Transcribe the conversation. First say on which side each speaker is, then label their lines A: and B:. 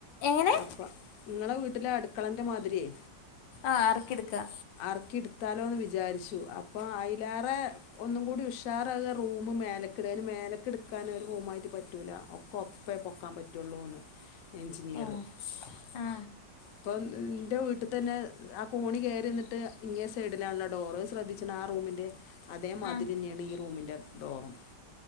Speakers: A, on the left; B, on the left.
A: എങ്ങനെ
B: അപ്പ ഇങ്ങളെ വീട്ടിലെ അട്ക്കളന്റമാതിരിയേ
A: ആഹ് ആർക്കിട്ക്കാ
B: ആർക്കിട്ത്താലോന്ന് വിചാരിച്ചു അപ്പൊ അയ്ലേറെ- ഒന്നും കൂടി ഉഷാറാക റൂമ് മേലക്കിട അയ്ന് മേലക്കിട്ക്കാന് ഒരു റൂമായ്ട്ട് പറ്റൂല ഒ കൊപ്പേ പൊക്കാം പറ്റുള്ളൂന്ന് എഞ്ചിനീറ്
A: ഏ ആ
B: ഇപ്പം ഇന്റെ വീട്ടി തന്നെ ആ കോണി കേറ്യന്നിട്ട് ഇങ്ങേ സൈഡിലാണല്ലോ ഡോറ് ശ്രദ്ധി ച്ചി ണാറൂമിൻ്റെ അതേമാതിര്‌യെന്നേണ്
A: ആ ആ
B: ഈ റൂമിൻ്റെ ഡോറും